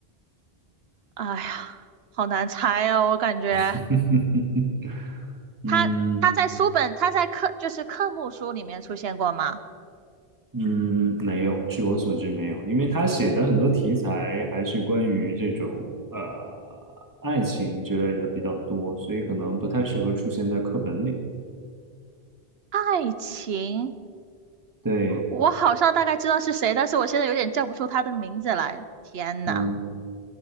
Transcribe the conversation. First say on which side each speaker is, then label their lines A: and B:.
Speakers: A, on the right (about 75°); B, on the right (about 20°).
A: 哎呀，好难猜哦，我感觉
B: <laughs> 嗯。
A: 他他在书本，他在课就是科目书里面出现过吗？
B: 嗯，没有，据我所知没有，因为他写的很多题材还是关于这种呃爱情之类的比较多，所以可能不太适合出现在课本里。
A: 爱情，
B: 对，
A: 我好像大概知道是谁，但是我现在有点叫不出他的名字来。天呐，
B: 嗯